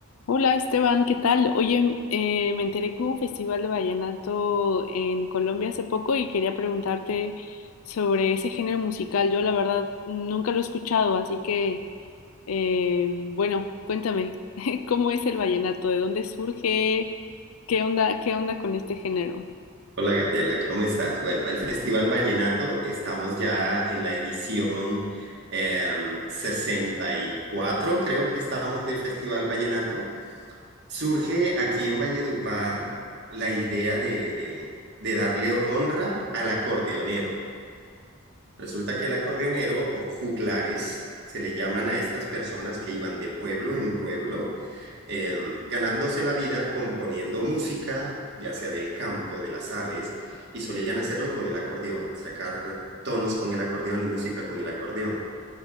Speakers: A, on the left; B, on the right.
A: Hola Esteban, ¿qué tal? Oye, eh, me enteré que hubo un festival de vallenato en Colombia hace poco y quería preguntarte sobre ese género musical. Yo la verdad nunca lo he escuchado, así que eh, bueno, cuéntame, <laughs> ¿cómo es el vallenato? ¿De dónde surge? ¿Qué onda, qué onda con este género?
B: Hola Gabriela, ¿cómo estás? Bueno, el Festival Vallenato, estamos ya en la edición em, 64, creo que estamos del Festival Vallenato. Surge aquí en Valledupar la idea de, de, de darle honra al acordeonero. Resulta que el acordeonero o juglares se le llaman a estas personas que iban de pueblo en pueblo, eh, ganándose la vida componiendo música, ya sea del campo, de las aves, y solían hacerlo con el acordeón, sacar tonos con el acordeón y música con el acordeón